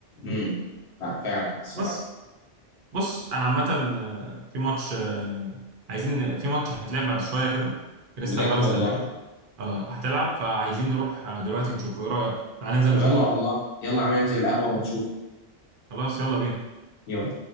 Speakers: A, on the left; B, on the right.
A: امم لا فعلا الصراحه
B: بس بص انا عامه آه، في ماتش آه، عايزين في ماتش هيتلعب بعد شويه كده كريستال
A: بجد
B: بالاس
A: والله
B: تقريبا اه هتلعب فعايزين نروح آه، دلوقتي نشوفه ايه رايك تعال ننزل
A: طب
B: نشوفه
A: يلا والله يلا عم ننزل القهوه ونشوف
B: خلاص يلا بينا
A: نعم.